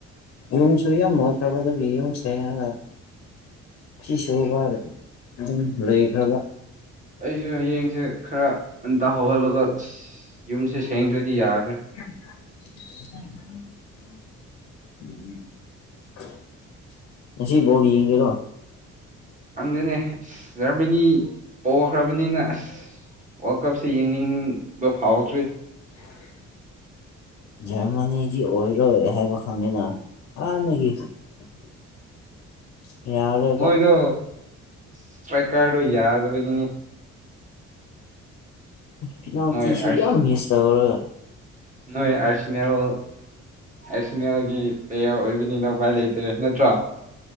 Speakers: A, on the left; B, on the right.
A: ꯌꯨꯝꯁꯨ ꯌꯥꯝ ꯃꯣꯏꯈ꯭ꯔꯕ ꯑꯗꯨꯒꯤ ꯌꯨꯝ ꯁꯦꯡꯉꯒ ꯐꯤ ꯁꯨꯕ ꯑꯗꯨꯝ ꯂꯩꯈ꯭ꯔꯕ
B: ꯑꯩꯁꯨ ꯍꯌꯦꯡꯁꯦ ꯈꯔ ꯑꯟꯇ ꯍꯧꯒꯜꯂꯒ ꯌꯨꯝꯁꯦ ꯁꯦꯡꯗ꯭ꯔꯗꯤ ꯌꯥꯗ꯭ꯔꯦ
A: <unintelligible> ꯉꯁꯤ ꯕꯣꯜ ꯌꯦꯡꯒꯦꯔꯣ
B: ꯈꯪꯗꯦꯅꯦ ꯑꯁ ꯖꯔꯃꯅꯤ ꯄꯣꯈ꯭ꯔꯕꯅꯤꯅ ꯑꯁ ꯋꯥꯔꯜ ꯀꯞꯁꯦ ꯌꯦꯡꯅꯤꯡꯕ ꯐꯥꯎꯗ꯭ꯔꯤ
A: <unintelligible> ꯖꯔꯃꯅꯤꯗꯤ ꯑꯣꯏꯔꯣꯏ ꯍꯥꯏꯕ ꯈꯪꯉꯦꯅ ꯍꯥꯟꯅꯒꯤ <unintelligible> ꯌꯥꯔꯣꯏꯕ
B: ꯃꯣꯏꯗꯣ ꯁꯇ꯭ꯔꯥꯏꯀꯔꯗꯣ ꯌꯥꯗꯕꯒꯤꯅꯤ
A: ꯐꯤꯅꯥꯜꯇꯤꯁꯨ
B: ꯅꯣꯏ ꯑꯁ
A: ꯌꯥꯝ ꯍꯦꯁ ꯇꯧꯔꯒ
B: ꯅꯣꯏ ꯑ꯭ꯔꯁꯤꯅꯦꯜ ꯍꯥ ꯑꯦꯁꯅꯦꯜꯒꯤ ꯄ꯭ꯂꯦꯌꯔ ꯑꯣꯏꯕꯅꯤꯅ ꯎꯄꯥꯏ ꯂꯩꯇ꯭ꯔꯦ ꯅꯠꯇ꯭ꯔꯣ